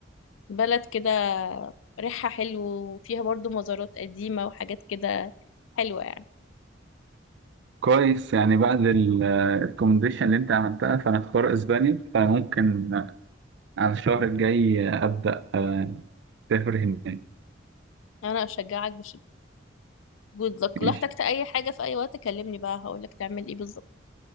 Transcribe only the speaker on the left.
بلد كده ريحها حلو وفيها برضو مزارات قديمة وحاجات كده حلوة يعني
أنا أشجعك بشدة good luck لو
احتجت أي حاجة في أي وقت كلمني بقى هقولك تعمل إيه بالظبط